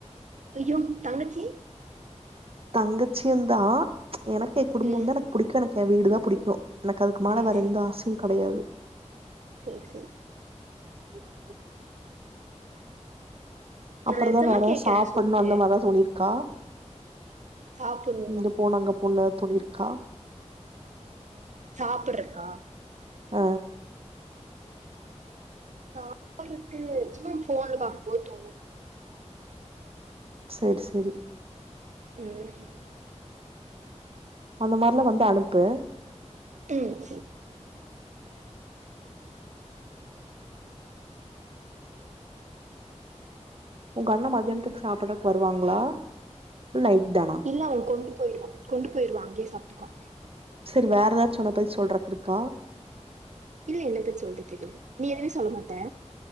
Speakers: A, on the right; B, on the right.
A: ஐயோ தங்கச்சி
B: தங்கச்சியுந்தா எனக் எ குடும்பந்தா
A: ம்
B: எனக் புடிக்கு எனக் எ வீடு தா புடிக்கு எனக் அதுக் மேல
A: சேரி
B: வேற எந்த ஆசயு கடையாது
A: சேர் சேர்
B: ம் அப்பறதா
A: நா நெஜமா
B: வேற
A: கேக்குறே
B: சாப்பண்ணு
A: சொல்லு
B: அந்த மார்தா தோணிர் அக்கா
A: சாப்புட்ணுமா
B: இங்க போனு அங்க போன்னு எத் தோணிருக்கா
A: சாப்புறக்கா
B: அ
A: சாப்புரக்கு சும்மா ஃபோன்ல பாக்கும்போது தோனு
B: சேரி செரி
A: ம்
B: அந்த மார்லா வந்தஅனுப்பு
A: ம் சே
B: உங்க அண்ண மதியான்த்துக் சாப்புட்றக் வருவாங்களா இல்ல எய்ட் தானா
A: இல்ல அவகொண்டு போய்ருவா கொண்டு பொய்ருவா அங்கே சாப்ட்டுக்குவா
B: செரி வேற எதாச்-அவனபத்தி சொல்றக் இருக்கா
A: இல்ல என்ன பத் சொல்ரதுக் எதுமில் நீ எது சொல்ல மாட்ட